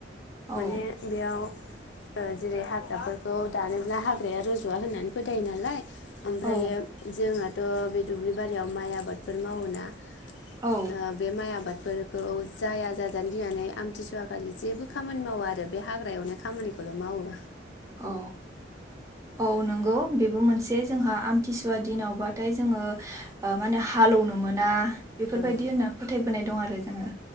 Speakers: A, on the right; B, on the left.
A: औ
B: माने बेयाव ओ जेरै हाग्राफोरखौ दानोब्ला हाग्राया रजवा होननानै फोथायो नालाय ओमफ्रायो
A: औ
B: जोंहाथ' बे दुब्लि बारियाव माइ आबाद फोर मावोना
A: औ
B: ओ बे माइ आबाद खौ जाया जाजानो गिनानै आमथिसुवा खालि जेबो खामानि मावा आरो बे हाग्राायावनो खामानिखौल मावो।
A: औ औ नंगौ बे बो मोनसे जोंहा आमथिस सुवा दिनावबाथाय जोङो ओ माने हालौनो मोना बेफोरबायदि
B: औ
A: होनना फोथायबोनाय दं आरो। ओमफ्राय जोङो